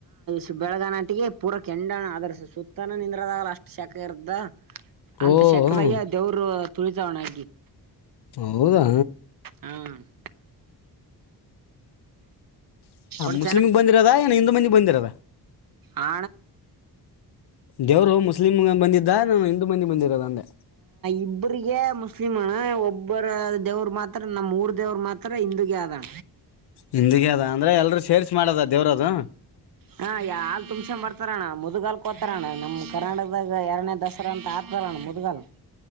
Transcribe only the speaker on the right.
ಷ್ಟ ಬೆಳಗ ನಾಟಿಗೆ ಪೂರ ಕೆಂಡ ಅಧರ್ಸ ಸುತ್ತನ ನಿಂದ್ರದಾಗಲ ಅಷ್ಟ ಶಕ ಇರ್ದ ಅಂತ
ಶಕದಾಗ
ದೇವರು ತುಳಿತಾವಣಗ್ <inaudible>
ಹ ಒಟ್
ಆ
ಇಬ್ರಿಗೆ ಸಿಮಣ ಒಬ್ಬರ ದೇವ್ ಮಾತ್ರ ನಮ್ಮ್ಊಊರ್ ದೇವರು ಮಾತ್ರ ಅತ್ರ ಇಂದುಗ್ಯಾದಣ
ಹಾ ಯಾಲ್ ತುಮಸ ಮರ್ತ ಹತಾರಣ್ಣ ಮುದ್ಗಾಲ್ ಕೋತಾರಣ್ಣ ನಮ್ ಕರ್ನಾಟಕದಾಗ ಎರಡನೇ ದಸರಾ ಅಂತ ಆತಾರಣ್ಣ ಮುದ್ಗಾಲ್